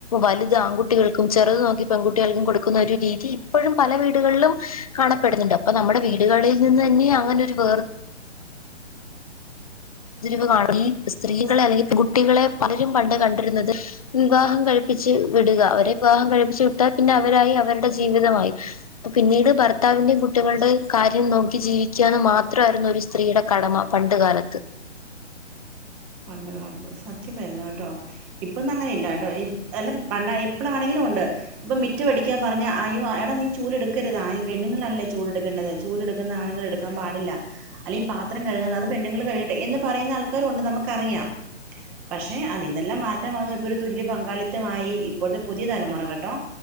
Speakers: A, on the left; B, in the centre.
A: വലുത് ആങ്കുട്ടികൾക്കും ചെറുത് നോക്കി പെങ്കുട്ടികൾക്കും കൊട്ക്കുന്ന ഒരു രീതി ഇപ്പോഴും പല വീട്കളിലും കാണപ്പെട്ന്നുണ്ട് അപ്പൊ നമ്മടെ വീട്കളിൽ നിന്ന് തന്നെയ അങ്ങനൊര് വേർ തിരിവ് കാണും ഈ സ്ത്രീകളെ അല്ലെങ്കി കുട്ടികളെ പലരും പണ്ട് കണ്ട്ര്ന്നത് വിവാഹം കഴിപ്പിച്ച് വിട്ക അവരെ വിവാഹം കഴിപ്പിച്ച്‌ വിട്ടാൽ പിന്നെ അവരായി അവര്ടെ ജീവിതമായി പിന്നീട് ഭർത്താവിന്റെയും കുട്ടികൾടെ കാര്യം നോക്കി ജീവിക്കാന്ന് മാത്രവാര്ന്നു ഒര് സ് ത്രീയുടെ കടമ പണ്ട് കാലത്ത്
B: പണ്ട് കാലത്ത് സത്യവായിര്ന്ന് കേട്ടോ ഇപ്പൊന്നും അങ്ങനെ ഇല്ല കേട്ടോ ഇരി അല്ല പണ്ടാ ഇപ്ളാണെങ്കില് ഒണ്ട് ഇപ്പൊ മിറ്റം അടിക്കാൻ പറഞ്ഞ അയ്യോ എടാ നീ ചൂല് എടുക്കരുത് പെണ്ണുങ്ങളല്ലേ ചൂല് എടുക്കേണ്ടത് ചൂല് എടുക്കുന്നത് ആണുങ്ങൾ എടുക്കാൻ പാടില്ല അല്ലെൽ ഈ പാത്രം കഴുകുന്നത് അത് പെണ്ണുങ്ങൾ കഴുകട്ടെ എന്ന് പറയുന്ന ആൾക്കാരും ഉണ്ട് നമുക്കറിയാം പക്ഷെ അതിനെല്ലാം മാറ്റം വന്നു ഇപ്പൊ ഒരു തുല്യ പങ്കാളിത്തമായി ഇപ്പോഴത്തെ പുതിയ തലമുറ കേട്ടോ